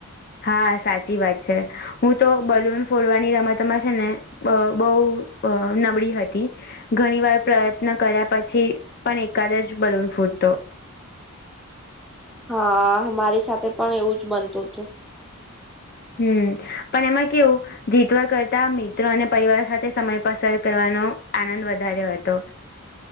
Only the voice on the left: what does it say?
હા સાચી વાત છે. હું તો બલૂન ફોડવાની રમતમાં છે ને બ બહુ અ નબળી હતી. ઘણી વાર પ્રયત્ન કર્યા પછી પણ એકાદ જ બલુન ફૂટતો
હમ્મ પણ એમાં કેવું જીતવા કરતા મિત્રો અને પરિવાર સાથે સમય પસાર કરવાનો આનંદ વધારે હતો.